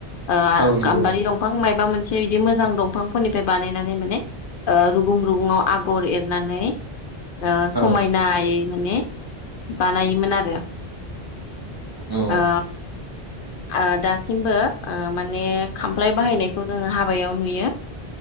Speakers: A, on the left; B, on the right.
A: ओ
B: औ नंगौ
A: गाम्बारि दंफां माइ बा मोनसे बिदि मोजां दंफांफोरनिफ्राय बानायनानै माने ओ रु गुं रुगुं आव आगर एरनानै ओ समायनायै
B: औ
A: माने बानायोमोन आरो।
B: औ
A: ओ आ दासिमबो ओ माने खामफ्लाय बाहायनायखौ जोङो हाबायाव नुयो।